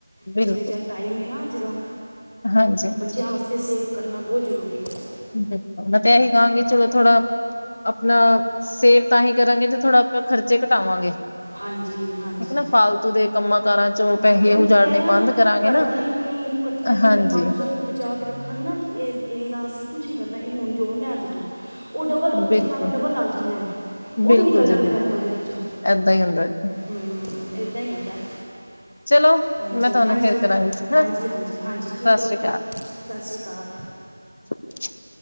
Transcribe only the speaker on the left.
ਬਿਲਕੁਲ
ਹਾਂਜੀ ਹਾਂਜੀ
ਬਿਲਕੁਲ, ਮੈਂ ਤੇ ਇਹੀ ਕਹਾਂਗੀ ਚਲੋ ਥੋੜਾ ਆਪਣਾ ਸੇਵ ਤਾਂ ਹੀ ਕਰਾਂਗੇ ਜੇ ਥੋੜ੍ਹਾ ਆਪਾਂ ਖ਼ਰਚੇ ਘਟਾਵਾਂਗੇ।
ਠੀਕ ਹੈ ਨਾ ਫਾਲਤੂ ਦੇ ਕੰਮਾਂ ਕਾਰਾਂ ਚੋਂ
ਪੈਸੇ
ਉਜਾੜਨੇ
ਬੰਦ ਕਰਾਂਗੇ
ਨਾ
ਹਾਂਜੀ
ਬਿਲਕੁਲ
ਬਿਲਕੁਲ
ਜੀ
ਬਿਲਕੁਲ
ਏਦਾਂ ਹੀ ਹੁੰਦਾ।
ਚਲੋ
ਮੈਂ ਤੁਹਾਨੂੰ
ਫੇਰ ਕਰਾਂਗੀ ਜੀ
ਹਾਂ
ਸਤਿ
ਸ੍ਰੀ
ਹ